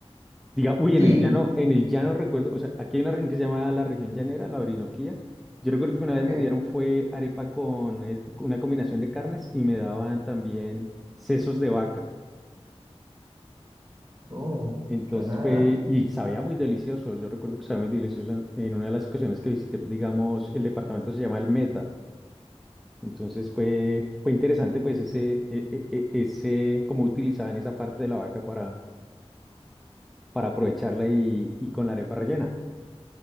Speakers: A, in the centre; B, on the right (about 30°).
A: Diga, uy, en
B: sí,
A: el llano, en el llano recuerdo, o sea, aquí hay una región que se llama la región llanera, la Orinoquía. Yo recuerdo que una
B: ok.
A: vez me dieron fue arepa con eh, una combinación de carnes y me daban también sesos de vaca.
B: Oh,
A: Entonces
B: suena.
A: fue, y sabía muy delicioso. Yo recuerdo que sabía muy delicioso en, en una de las ocasiones que visité, digamos, el departamento se llama El Meta. Entonces fue, fue interesante, pues, ese, e- e- e- ese, cómo utilizaban esa parte de la vaca para, para aprovecharla y, y con la arepa rellena.